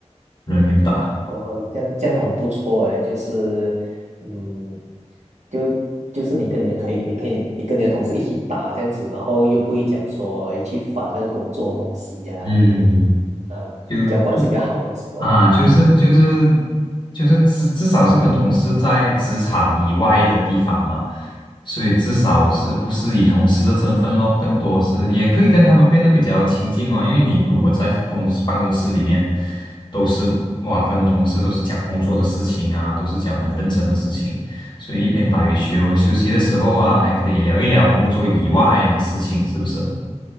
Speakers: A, on the left; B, on the right.
A: 轮流打。
B: 哦，这样这样很不错哎，就是嗯，就就是你跟你的可以，你可以你跟你的同事一起打这样子，然后又不会讲说诶去烦那个工作的东西呀、
A: 嗯，
B: 又可以呃比较关系比较好这样子哦。
A: 就啊，就是就是就是至至少是跟同事在职场以外的地方嘛，所以至少是不是以同事的身份咯，更多是也可以跟他们变得比较亲近哦。因为你如果在公司办公室里面，都是哇跟同事都是讲工作的事情啊，都是讲很认真的事情，所以一边打羽球休息的时候啊，还可以聊一聊工作以外的事情，是不是？